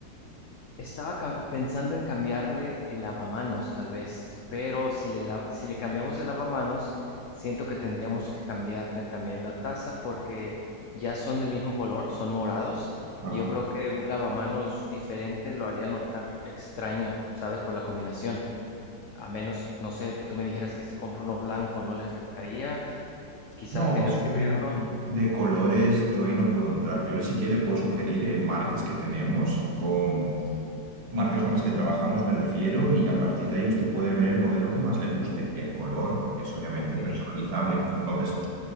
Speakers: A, on the left; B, on the right.
A: Estaba ca- pensando en cambiarle el lavamanos, tal vez, pero si le, la- si le cambiamos el lavamanos, siento que tendríamos que cambiarle también la taza porque ya son del mismo color, son morados,
B: Ajá.
A: y yo creo que un lavamanos diferente lo haría notar extraño, ¿sabes? Por la combinación. A menos, no sé, que tú me dijeras que si compro uno blanco no le afectaría, quizá
B: No,
A: tengas
B: eso
A: que verlo.
B: de colores yo ahí no puedo entrar. Yo le sí que le puedo sugerir eh, marcas que tenemos, con marcas con las que trabajamos me refiero, y a partir de ahí usted puede ver el modelo que más le guste. El color es obviamente
A: Ok.
B: personalizable. Entonces,